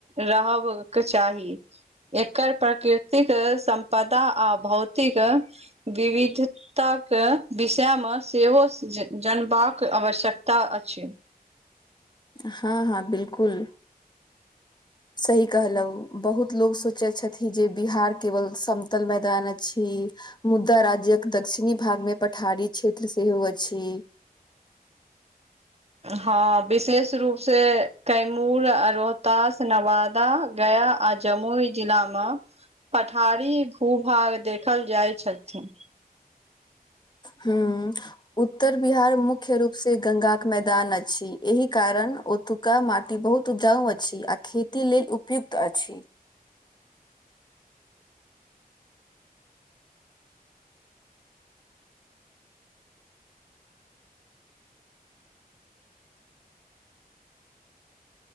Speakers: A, on the right (about 40°); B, on the left (about 30°).
A: रहबक चाही एकर प्रकृतिक सम्पदा आ भौतिक विविध ताक विषयमे सेहो जनबाक आवश्यकता अछि
B: हँ हँ बिलकुल
A: <inaudible>
B: सही कहलहुँ बहुत लोक सोचैत छथिन जे बिहार केवल समतल मैदान अछि मुदा राज्यक दक्षिणी भाग मे पठारी क्षेत्र सेहो अछि
A: हँ विशेष रूप से कैमूर, रोहतास, नवादा, गया आ जमुई जिला म पठारी भू - भाग देखल जाय छथि
B: हूँ उत्तर बिहार मुख्य रूप से गंगा के मैदान अछि एहि कारण ओतुका माटी बहुत उपजाउ अछि आ खेती लेल उपयुक्त अछि